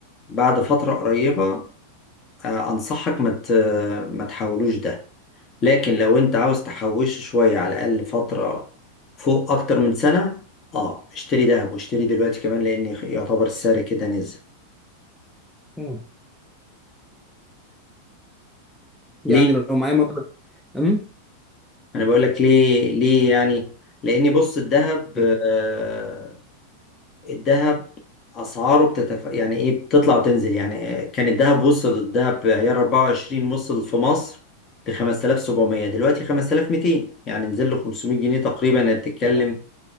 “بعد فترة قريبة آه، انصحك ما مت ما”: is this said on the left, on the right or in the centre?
Left